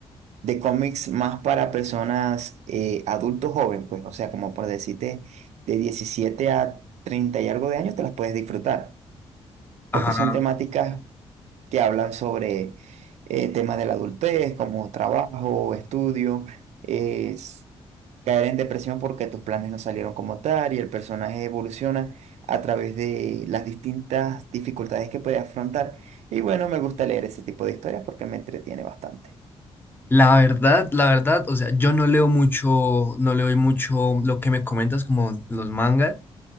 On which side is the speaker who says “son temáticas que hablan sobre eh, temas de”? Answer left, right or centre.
Right